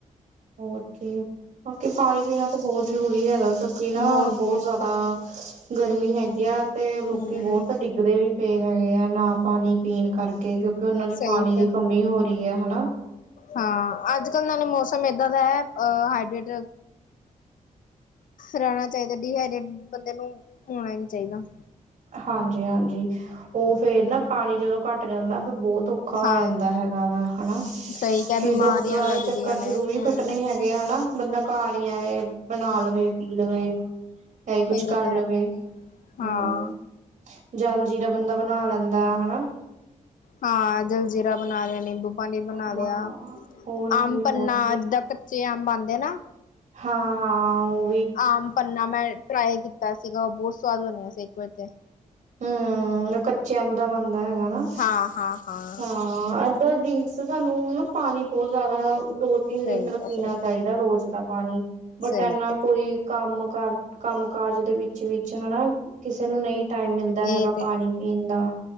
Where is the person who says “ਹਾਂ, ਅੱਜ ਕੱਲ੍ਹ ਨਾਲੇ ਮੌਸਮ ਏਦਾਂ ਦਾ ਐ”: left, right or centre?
Left